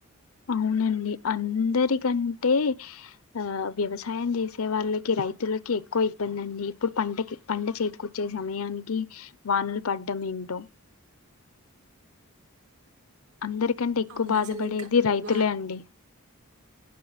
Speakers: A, on the left (about 75°); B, on the right (about 85°).
A: అవునండి అందరికం టే ఆ వ్యవసాయం చేసే వాళ్ళకి రైతులకి ఎక్కువ ఇబ్బంది అండి ఇప్పుడు పంటకి పంట చేతికొచ్చే సమయానికి వానలు పడ్డం ఏంటో అందరికంటే ఎక్కువ
B: అవును
A: బాధపడేది
B: అసలు ఇంకా
A: రైతులే
B: వా
A: అండి